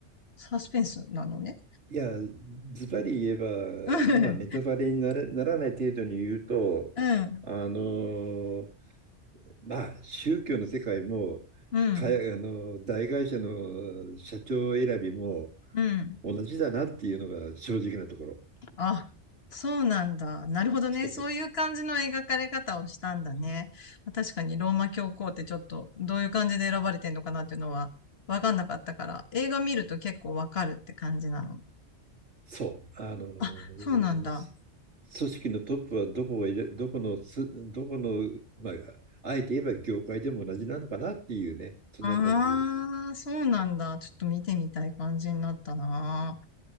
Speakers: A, on the left; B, on the right.
A: サスペンスなのね。
B: いや、ズバリ言えば、
A: うん、
B: まあ、ネタバレになら、ならない程度に言うと、
A: うん、
B: あのまあ、宗教の世界も、
A: うん。
B: かあの大会社の社長選びも
A: うん
B: 同じだなっていうのが正直なところ。
A: あ、そうなんだ。なるほどね。
B: そう
A: そういう感じの描かれ方をしたんだね。確かにローマ教皇ってちょっとどういう感じで選ばれてんのかなっていうのはわかんなかったから、映画見ると結構わかるって感じなの。
B: そう、あの、組
A: あ、そうなんだ。
B: 織のトップはどこを入れ、どこのす、どこの、まあ、あえて言えば業界でも同じなのかなっていうね、そんな感じ。
A: ああ、そうなんだ。ちょっと見てみたい感じになったな。